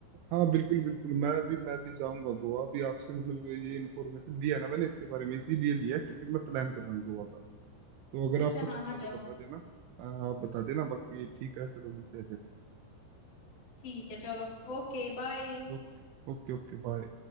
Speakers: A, on the right; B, on the left.
A: हाँ बिल्कुल बिल्कुल मैं भी मैं भी जाऊंगा गोवा भी आपसे मतलब ये इन्फॉर्मेशन लिया ना मैंने इसके बारे में इसीलिए लिया क्योंकि मैं प्लान कर रहा हूँ गोवा का तो अगर
B: अच्छा
A: आपको चलना
B: हाँ हाँ
A: हो तो
B: जाओ
A: बता देना आ, आप बता देना बाकी ठीक है चलो मिलते हैं फिर
B: ठीक है चलो Okay bye
A: Okay okay okay bye